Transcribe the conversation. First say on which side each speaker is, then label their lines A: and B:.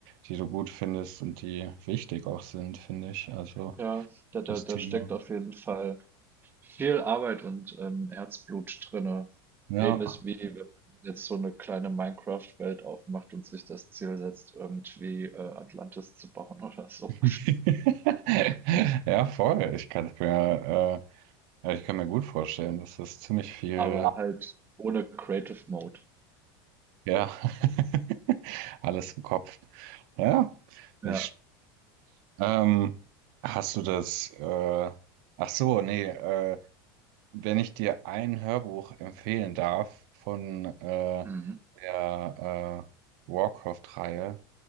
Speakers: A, on the right; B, on the right.
A: die du gut findest und die wichtig auch sind, finde ich. Also
B: Ja, da, da,
A: das
B: da
A: Thema.
B: steckt auf jeden Fall viel Arbeit und ähm, Herzblut drinne.
A: Ja.
B: Ähnlich wie wenn man jetzt so eine kleine Minecraft-Welt aufmacht und sich das Ziel setzt, irgendwie äh, Atlantis zu bauen <laughs> oder so.
A: <laughs> Ja, voll. Ich kann mir, äh, ich kann mir gut vorstellen, dass das ziemlich viel,
B: Aber halt ohne Creative Mode.
A: ja, <laughs> alles im Kopf. Ja, nicht.
B: Ja.
A: sch- Ähm, hast du das, äh, ach so, nee, äh, Wenn ich dir ein Hörbuch empfehlen darf von äh,
B: Mhm.
A: der äh, Warcraft-Reihe,